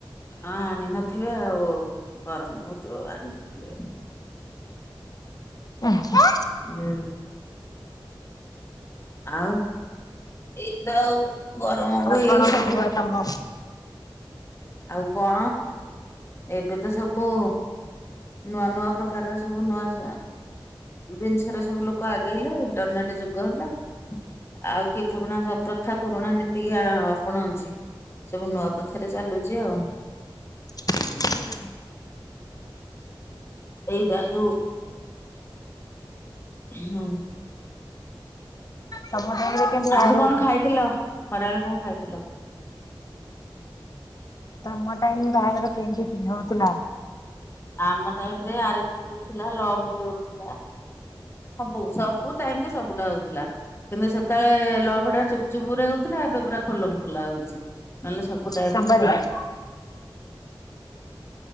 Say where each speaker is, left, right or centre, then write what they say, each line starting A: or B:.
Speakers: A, on the left; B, on the left.
A: ହଁ ଆଣି ନଥିବେ ଆଉ ଗରମ ହଉଥିବ ଆଉ ଆଣି ନଥିବେ।
B: ହଁ <unintelligible>
A: ହୁଁ ଆଉ ଏଇ ତ ଆଉ ଗରମ
B: ଆଉ
A: ହ
B: କଣ
A: ଏଇ ସବୁ
B: କୁହ ତମ
A: ଆଉ କଣ? ଏବେ ତ ସବୁ ନୂଆ ନୂଆ ପ୍ରକାରର ସବୁ ନୂଆ ସ ଜିନିଷରେ ସବୁ ଲୋକ ଆଗେଇଲେ ଇଣ୍ଟରନେଟ ଯୁଗ ହେଲା। ଆଉ କିଏ ପୁରୁଣା ପ୍ରଥା ପୁରୁଣା ନୀତିକି ଅପଣାଉଛି। ସବୁ ନୂଆ ପ୍ରଥାରେ ଚାଲୁଛି ଆଉ।
B: ହୁଁ <unintelligible>
A: ଏଇଟା ଯୁ ହୁଁ।
B: ତମ ଟାଇମ୍ କେମିତି ରେ ବାହାଘର
A: ଆଜି କଣ
B: ହଉଥିଲା?
A: ଖାଇଥିଲ? ଖରାବେଳେ କଣ ଖାଇଥିଲ?
B: ତମ ଟାଇମ ବାହାଘର କେମିତି କିନି ହଉଥିଲା।
A: ଆମ ଟାଇମୀ ରେ ଆରେଜ ବି ହଉଥିଲା ଲଭ ବି ହଉଥିଲା। ସବୁ ସବୁ ଟାଇମରେ ସବୁଟା ହଉଥିଲା କିନ୍ତୁ ସେତେବେଳେ ଲଭଟା ଚୁପଚୁପ ରେ ହଉ ଏବେ ପୁରା ଖୋଲମ୍ ଖୋଲା ହଉଛି ନହେଲେ ସବୁ ଟାଇମ
B: ସବାରି
A: ରେ ସବୁ